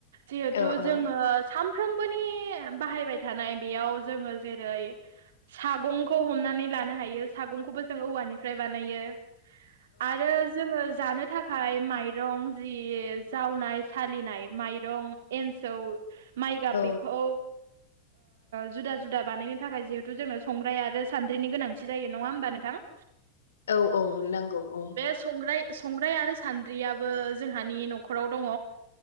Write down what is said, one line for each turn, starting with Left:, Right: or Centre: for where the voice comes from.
Right: जिहेथु
Left: औ औ
Right: जोङो सानफ्रोमबोनि बाहायबाय थानाय बेयाव जोङो जेरै सागंखौ हमनानै लानो हायो सागंखौबो जों औवानिफ्राय बानायो आरो जोङो जानो थाखाय आखाय माइरं जि जावनाय सालिनाय माइरं एन्सौ माइ गाब
Left: औ
Right: बेखौ जुदा जुदा बानायनो थाखाय जिहेथु जोंनो संग्राय आरो स नि गोनांथि जायो नङा होमबा नोंथां
Left: औ औ नांगौ औ
Right: संग्राय संग्राय आरो सान्द्रियाबो जोंहानि न'खराव दङ